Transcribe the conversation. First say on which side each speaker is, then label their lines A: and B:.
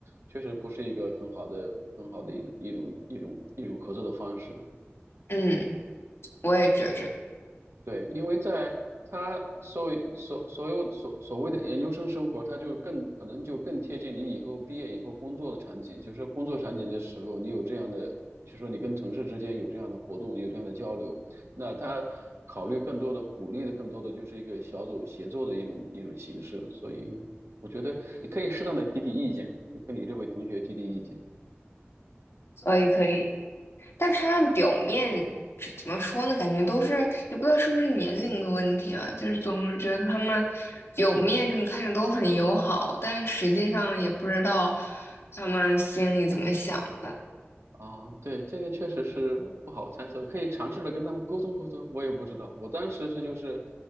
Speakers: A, on the right; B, on the left.
A: 确实不是一个很好的、很好的一种一种一种一种合作的方式。
B: 嗯，我也觉着，
A: 对，因为在他所谓所所有所所谓的研究生生活，他就更可能就更贴近你以后毕业以后工作的场景，就是工作场景的时候，你有这样的，就是说你跟同事之间有这样的活动，有这样的交流，那他考虑更多的鼓励的更多的就是一个小组协作的一种一种形式，所以我觉得你可以适当的提提意见，就跟你这位同学提提意见。
B: 所以可以。但他们表面这怎么说呢？感觉都是也不知道是不是年龄的问题吧，就是总是觉得他们表面上看着都很友好，但实际上也不知道他们心里怎么想的。
A: 啊，对，这个确实是不好猜测，可以尝试着跟他们沟通沟通。我也不知道，我当时是就是，